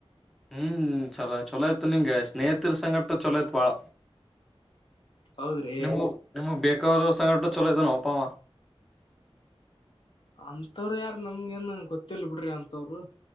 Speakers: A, in the centre; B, on the left (about 55°).
A: ಹ್ಮ್ ಚಲೋ ಚಲೋ ಆಯತು ನಿಮ್ಗೆ ಸ್ನೇಹಿತರ ಸಂಘಟ ಚಲೋ ಆತ್ ಬಾಳ.
B: ಹೌದ್ರಿ
A: ನೀವು ನಿಮಗ್ ಬೇಕರ ಸಂಘಟ ಚಲೋ ಇದ ನೊಪವ.
B: ಅಂತವ್ರು ಯಾರ ನಮ್ಗ ಏನ್ ಗೊತ್ತಿಿಲ್ಲ ಬಿಡ್ರಿ ಅಂತವ್ರು